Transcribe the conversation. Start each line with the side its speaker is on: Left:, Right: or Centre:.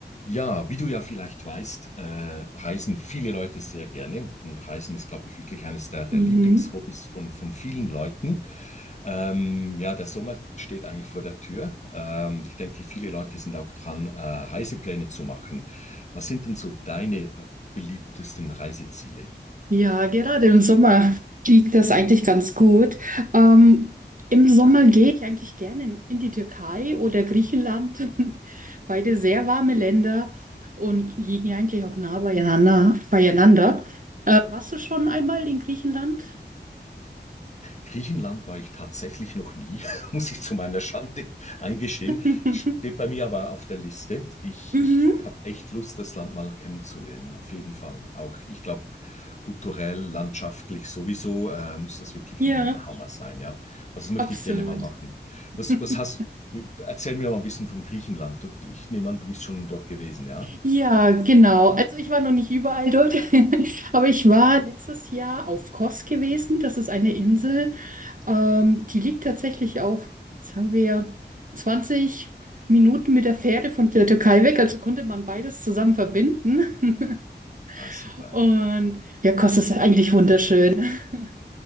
Left: Ja, wie du ja vielleicht weißt, äh, reisen viele Leute sehr gerne. Und Reisen ist, glaube ich, wirklich eines der, der
Right: Mhm.
Left: Lieblingshobbys von, von vielen Leuten. Ähm, ja, der Sommer steht eigentlich vor der Tür. Ähm, ich denke, viele Leute sind auch dran, äh, Reisepläne zu machen. Was sind denn so deine, äh, beliebtesten Reiseziele?
Right: Ja, gerade im Sommer liegt das eigentlich ganz gut. Ähm, im Sommer gehe ich eigentlich gerne in, in die Türkei oder Griechenland. <laughs> Beide sehr warme Länder und liegen ja eigentlich auch nah beieinander. beieinander. Äh, warst du schon einmal in Griechenland?
Left: Griechenland war ich tatsächlich noch nie, <laughs> muss ich zu meiner Schande eingestehen.
Right: <laughs>
Left: Steht bei mir aber auf der Liste. Ich,
Right: Mhm.
Left: ich habe echt Lust, das Land mal kennenzulernen, auf jeden Fall. Auch ich glaube, kulturell, landschaftlich sowieso äh, muss das wirklich
Right: Ja,
Left: ein, ein Hammer sein, ja. Also das möchte
Right: absolut.
Left: ich gerne mal machen. Was,
Right: <laughs>
Left: was hast, erzähl mir mal ein bisschen von Griechenland. Du, du- ich nehme an, du bist schon dort gewesen, ja?
Right: Ja, genau. Also ich war noch nicht überall dort, <laughs> aber ich war letztes Jahr auf Kos gewesen. Das ist eine Insel Ähm, die liegt tatsächlich auch, sagen wir, zwanzig Minuten mit der Fähre von der Türkei weg. Also konnte man beides zusammen verbinden. <laughs>
Left: Ah, super,
Right: Und
Left: ja.
Right: ja, Kos ist eigentlich wunderschön. <laughs>